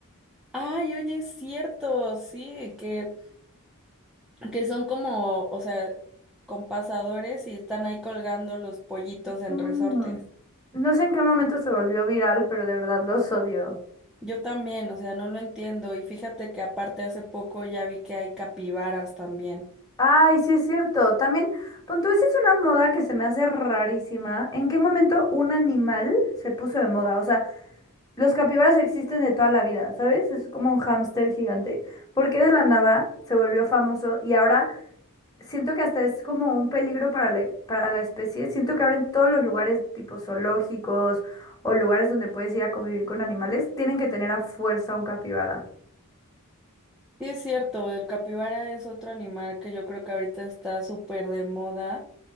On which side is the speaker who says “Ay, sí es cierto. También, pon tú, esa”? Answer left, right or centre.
Left